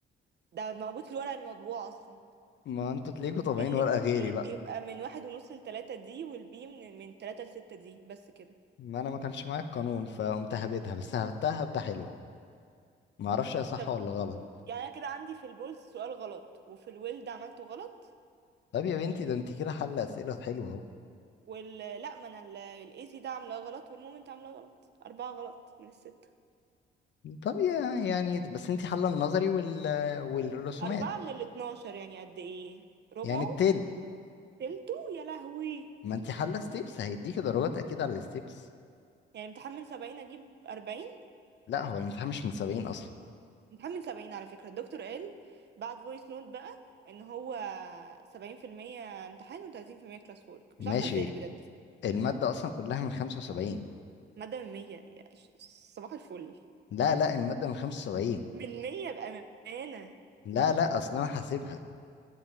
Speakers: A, on the right; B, on the left.
A: ده موجود في الورقه المطبوعه اصلا
B: ما انتوا تلاقيكوا طابعين
A: ان
B: ورقه
A: البي
B: غيري بقى
A: بيبقى من واحد ونص لتلاتة دي والبي من من تلاتة لستة دي بس كده
B: ما انا ما كانش معايا القانون فقمت هبدها بس هبتها هبده حلوه ما اعرفش هي صح
A: طب
B: ولا غلط
A: يعني انا كده عندي في البولز سؤال غلط وفي الويلد عملته غلط
B: طب يا بنتي ده انت كده حل اسئله حلوه اهو
A: وال لا ما انا الاي سي ده عاملاه غلط والمومنت عاملاه غلط اربعة غلط من الستة
B: طب يا يعني بس انت حل النظري وال... والرسومات
A: اربعة من الاتناشر يعني قد ايه ربعه
B: يعني بتل
A: تلته يا لهوي
B: ما انت حل ستيبس هيديكي درجات اكيد على الستيبس
A: يعني امتحان من سبعين اجيب اربعين
B: لا هو الامتحان مش من 70 اصلا
A: امتحان من سبعين على فكرة الدكتور قال بعد فويس نوت بقى ان هو سبعين في المية امتحان وتلاتين في المية كلاس وورك
B: ماشي
A: مش عارفة ازاي بجد
B: المادة اصلا كلها من 75
A: مادة من مية يا ش- صباح الفل
B: لا لا المادة من 75
A: من مية بأمانة
B: لا لا اصلا انا حاسبها